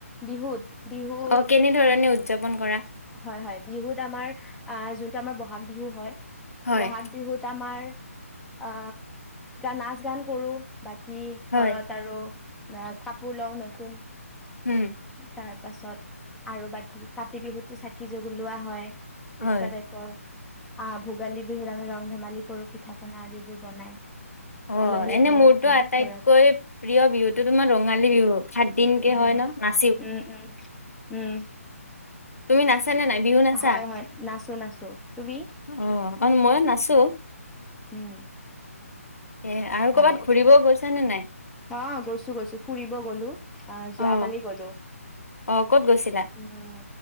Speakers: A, in the centre; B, on the left (about 70°).
A: বিহুত বিহুত,
B: অ কেনেধৰণে উদযাপন কৰা
A: হয় হয়। বিহুত আমাৰ আহ যোনটো আমাৰ বহাগ বিহু হয়,
B: হয়
A: বহাগ বিহুত আমাৰ অ নাচ গান কৰো বাকী
B: হয়
A: ঘৰত আৰু আহ কাপোৰ লওঁ নতুন
B: উম
A: তাৰ পাছত আৰু বাকী কাতি বিহুতটো চাকি জ্বলোৱা লোৱা হয়। তেনেকুৱা
B: হয়
A: টাইপৰ আহ ভোগালী বিহুত আমি ৰং ধেমালি কৰো পিঠা পনা আদিবোৰ বনাই।
B: অ
A: আলহী
B: এনে
A: আহে
B: মোৰতো
A: নতুন
B: আটাইতকৈ
A: ঘৰত
B: প্ৰিয় বিহুতটো তোমাৰ ৰঙালী বিহু সাত দিনকে
A: উম
B: হয় ন নাচ
A: উম উম উম
B: তুমি নাচানে নাই বিহু নাচা
A: হয় হয় নাচো নাচো তুমি
B: অ? অ মইো নাছো।
A: উম
B: এ আৰু
A: ভালে
B: কৰ'ৰবাত ঘুৰিব গৈছ নে নাই?
A: অ গৈছো গৈছো ফুৰিব গলো আহ
B: অ
A: যোৱাকালি গলো
B: অ ক'ত গৈছিলা?
A: উম